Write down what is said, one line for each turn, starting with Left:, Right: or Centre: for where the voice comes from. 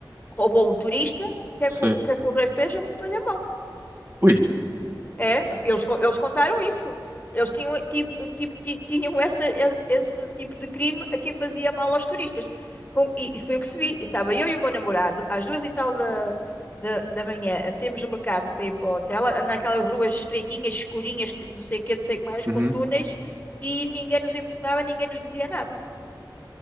Left: roubou um turista, o que é
Right: sim.
Left: que o o que é que o rei fez? Amputou-lhe a mão.
Right: Ui.
Left: É, eles, co- eles contaram isso. Eles tinham, tipo, tipo, ti- tinham essa- e- esse tipo de crime a quem fazia mal aos turistas. Com- e, e foi o que se vi. Estava eu e o meu namorado, às duas e tal da, da, da manhã, a sairmos do mercado para ir para o hotel, a- naquelas ruas estreitinhas, escurinhas, que não sei o que, não sei o que mais,
Right: uhum.
Left: com túneis, e ninguém nos importunava, ninguém nos dizia nada.